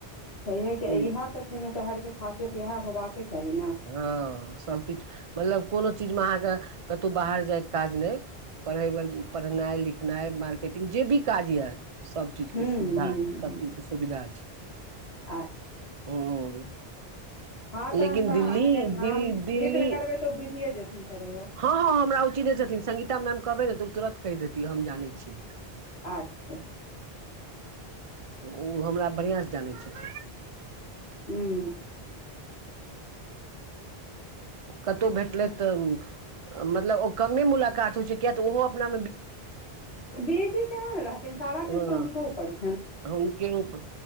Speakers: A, on the left; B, on the right.
A: छैहेके
B: से
A: इहा तऽ छै ने शहरके खासियत इहा होबाके चाही ने
B: हँ सबकिछ मतलब कोनो चीजमे अहाँके कतौ बाहर जायके काज नहि पढ़ाई पढ़नाई लिखनाई मार्केटिंग जे भी काज यए सब चीज
A: हूँ
B: के सुविधा
A: हूँ हूँ
B: सब
A: हूँ।
B: चीज के सुविधा छै
A: अच्छा
B: ह
A: अच्छा हँ तऽ
B: लेकिन
A: <unintelligible> तऽ
B: दिल्ली
A: अहाँके नाम
B: दिल दिल्ली
A: जिक्र करबै तऽ ओ बुझियए जेथिन फेर ओहो
B: हँ हँ हमरा ओ चिन्हने छथिन संगीता मैम कहबै ने तऽ तुरन्त कहि देैतिय हम जानै छीये
A: अच्छा
B: उ हमरा बढ़िआँसँ जानै छैथ
A: हूँ
B: कतहु भेटलै तऽ मतलब ओ कमे मुलाकात होइ छै किया तऽ ओहो अपना
A: बेजी केना ने रहते सारा
B: हँ
A: किछ तऽ हुनको ऊपर छै
B: हुनके उपर